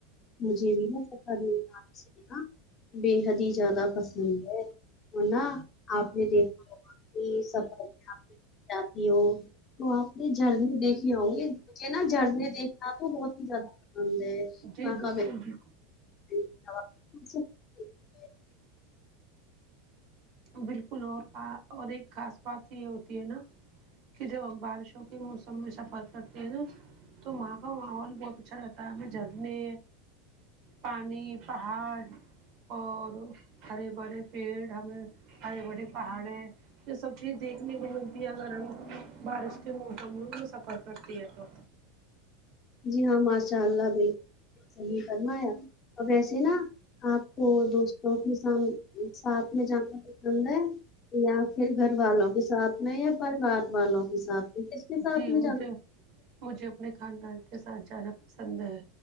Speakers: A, on the left (about 35°); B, on the right (about 55°).
A: مجھے نہیں پتا نہیں تھا سلیقہ بے حد ہی زیادہ پسند ہے اور نے آپ نے دیکھا تو یے سب طریقہ جاتی ہو تو آپ نے جھرنے دیکھے ہوں گے مجھے نا جھرنے دیکھنا کو بہت ہی زیادہ پسند ہے وہاں
B: جی بالکل
A: کا بہترین۔
B: بھی
A: <inaudible>
B: بالکل اور کہا اور ایک خاص بات یے ہوتی ہے نا کی جب ہم بارشوں کے موسم میں سفر کرتے ہیں نا تو وہاں کا ماحول بہت اچھا رہتا ہے ہمیں جھرنے پانی پہاڑ اور ہرے بھرے پیڑ ہمیں ہرے بھرے پہاڑیں یے سب چیز دیکھنے کو ملتی ہے اگر ہم بارش کے موسم میں تو سفر کرتے ہیں تو
A: جی ہاں ماشاء اللہ بالکل صحیح فرمایا ویسے نا آپ کو دوستوں کے سم ساتھ میں جان نا پسند ہے یا پھر گھر والوں کے ساتھ میں یا پریوار والوں کے ساتھ میں کس کے ساتھ
B: جی
A: میں جانا
B: مجھے مجھے اپنے خاندان کے ساتھ جانا پسند ہے